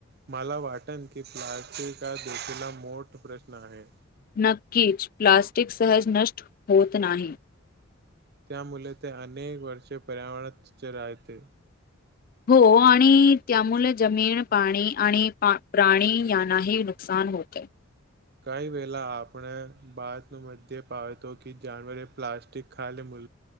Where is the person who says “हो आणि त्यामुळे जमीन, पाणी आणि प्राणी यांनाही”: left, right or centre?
Left